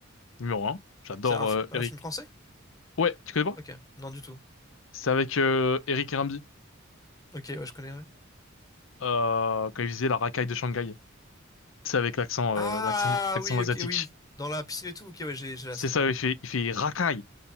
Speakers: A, on the left; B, on the left.
A: numéro un. J'adore
B: C'est un, fi-
A: euh,
B: un
A: Eric.
B: film français?
A: Ouais, tu connais pas?
B: Ok, non, du tout.
A: C'est avec euh, Eric et Ramzy,
B: Ok, ouais, je connais, ouais.
A: euh, quand il faisait la racaille de Shanghai. C'est avec l'accent
B: Ah
A: euh, l'accent l'accent
B: oui,
A: asiatique.
B: ok, oui. Dans la piscine et tout, ok, ouais, j'ai j'ai la
A: C'est
B: scène.
A: ça, il fait il fait racaille.